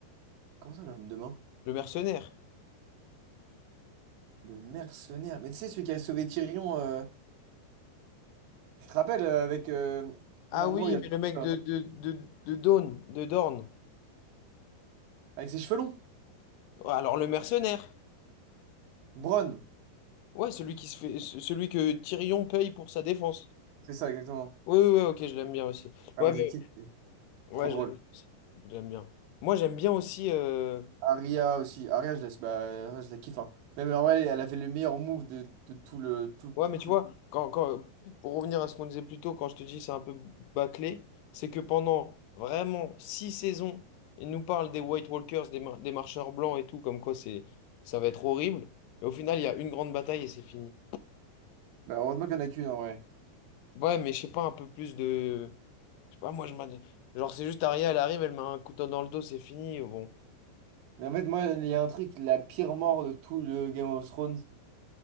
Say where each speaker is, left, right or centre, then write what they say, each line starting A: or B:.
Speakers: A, on the right; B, on the left.
A: Comment ça, l'homme de main?
B: Le mercenaire.
A: Le mercenaire. Mais tu sais, celui qui a sauvé Tyrion, euh, tu te rappelles, euh, avec euh,
B: Ah
A: l'endroit
B: oui,
A: où il y a le...
B: mais le mec
A: là,
B: de, de, de, de Dawn, de Dorne.
A: Avec ses cheveux longs.
B: Ouais, Alors, le mercenaire.
A: Bronn,
B: Ouais, celui qui se fait, ce- celui que Tyrion paye pour sa défense.
A: c'est ça exactement.
B: Oui, oui, oui, ok, je l'aime bien aussi.
A: Ah,
B: Ouais,
A: mais
B: mais,
A: je le kiffe, c'est
B: ouais,
A: trop drôle.
B: je l'aime bien aussi. J'aime bien. Moi, j'aime bien aussi. euh,
A: Arya aussi. Arya, je la, bah, Arya, je la kiffe. hein. Même en vrai, elle a fait le meilleur move de, de tout le... Tout, tout-
B: Ouais, mais tu
A: tout
B: vois,
A: le-
B: quand, quand, pour revenir à ce qu'on disait plus tôt, quand je te dis c'est un peu bâclé, c'est que pendant vraiment six saisons, ils nous parlent des White Walkers, des, mar- des marcheurs blancs et tout, comme quoi c'est, ça va être horrible. Et au final, il y a une grande bataille et c'est fini.
A: Bah, heureusement qu'il n'y en a qu'une en vrai.
B: Ouais, mais je sais pas, un peu plus de... Je sais pas, moi, je m'ad- Genre, c'est juste Arya, elle arrive, elle met un couteau dans le dos, c'est fini. Bon,
A: Mais en fait, moi, il y a un truc, la pire mort de tout le Game of Thrones.